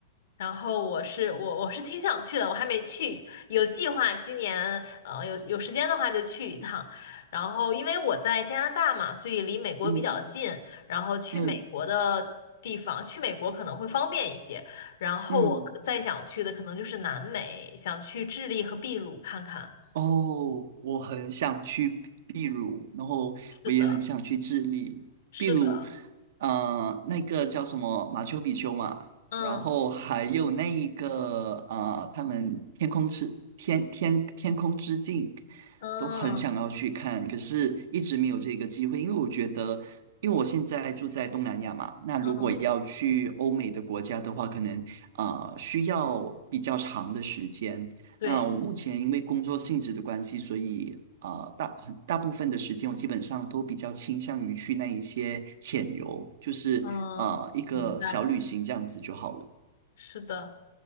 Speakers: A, on the left (about 70°); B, on the right (about 65°).
A: 然后我是我我是挺想去的，我还没去，有计划今年呃有有时间的话就去一趟。然后因为我在加拿大嘛，所以离美国比较近，
B: 嗯
A: 然后去美国的地方，
B: 嗯
A: 去美国可能会方便一些。然后我可再想去的可能就是南美，
B: 嗯，
A: 想去智利和秘鲁看看。
B: 哦，我很想去秘鲁，然后我也很想去智利。
A: 是的，是的，
B: 秘鲁，呃，那个叫什么马丘比丘嘛，
A: 嗯
B: 然后还有那一个呃，他们天空之天天天空之镜
A: 嗯
B: 都很想要去看，可是一直没有这个机会，因为我觉得，因为我现在住在东南亚嘛，那如果要去欧美的国家的话，
A: 嗯，
B: 可能啊需要比较长的时间。
A: 对，
B: 那我目前因为工作性质的关系，所以啊、呃大很大部分的时间我基本上都比较倾向于去那一些浅游，就是啊、
A: 嗯，
B: 呃一个小旅行这样子就好了。
A: 明白，是的，